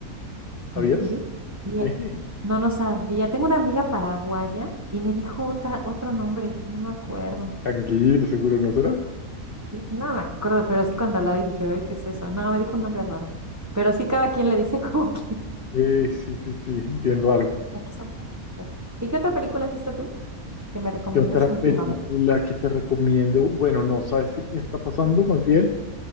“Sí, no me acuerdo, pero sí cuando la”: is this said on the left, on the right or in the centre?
Right